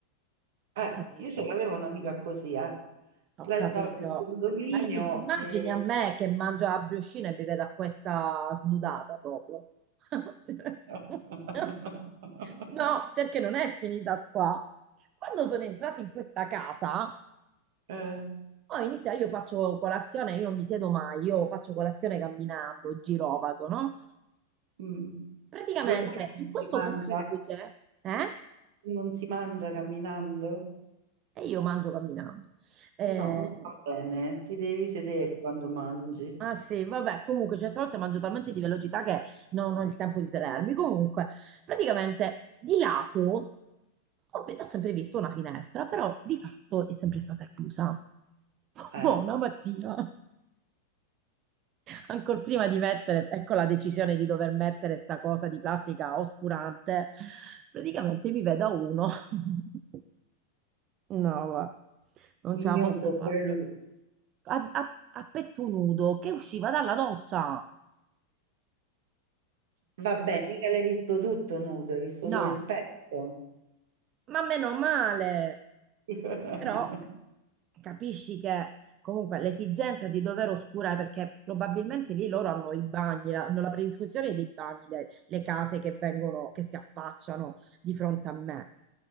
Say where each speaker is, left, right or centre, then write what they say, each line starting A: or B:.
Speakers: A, on the right (about 55°); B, on the right (about 30°).
A: Eh,
B: Ho capito.
A: io ce l'avevo un'amica così, eh.
B: Ho
A: Lei
B: capito.
A: stava nel condominio
B: Ma i- ti immagini
A: e...
B: a me che mangio la briochina e mi vedo a questa snudata proprio? <laughs>
A: <laughs>
B: No, perché non è finita qua. Quando sono entrata in questa casa,
A: Eh,
B: poi inizia, io faccio colazione, io non mi siedo mai, io faccio colazione camminando, girovago, no?
A: mm.
B: Praticamente
A: Lo so che non
B: in questo
A: si mangia,
B: puzzoluce, eh?
A: non si mangia camminando?
B: E io mangio camminando. Eh,
A: No, non va bene, ti devi sedere quando mangi.
B: Ah sì, vabbè, comunque certe volte mangio talmente di velocità che non ho il tempo di sedermi. Comunque, praticamente di lato ho, ho sempre visto una finestra, però di fatto è sempre stata chiusa. <laughs>
A: Eh,
B: Mo, una mattina, ancora prima di mettere, ecco la decisione di dover mettere sta cosa di plastica oscurante, praticamente mi vedo uno. <laughs> No, va, non
A: il
B: ce
A: nudo
B: la posso
A: oppure
B: fare.
A: lui.
B: A, a a petto nudo che usciva dalla doccia.
A: Vabbè, mica l'hai visto tutto nudo, hai visto
B: No.
A: solo il petto.
B: ma meno male.
A: <laughs>
B: Però capisci che comunque l'esigenza di dover oscurare, perché probabilmente lì loro hanno i bagni, la- hanno la predisposizione dei bagni, le, le case che vengono, che si affacciano di fronte a me.